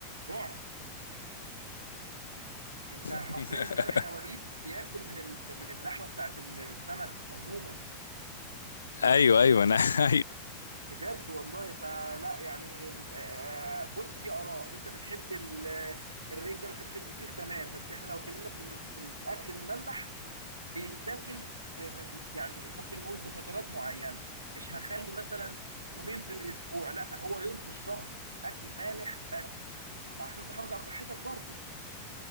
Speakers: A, on the right; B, on the left.
A: رعب انت حرفيا
B: <laughs>
A: الملح يا وليد بياكل من ال- من اللحمه بتاعت السمك عموما
B: ايوه ايوه انا <laughs> ايوه
A: بجد والله فلا يعني آه، بص دي اراء انت بتحب ال- الرنجه ما بتحبش الفسيخ تمام بس احنا لو اتكلمنا في الم- في الاكل المملح بيتاكل ب- ب- ب- يعني ممكن نقول بفترات معينه مش هخلي مثلا يومين في الاسبوع لا هو يوم في الشهر اكل مالح بس لا عشان تحافظ على صحتك برضو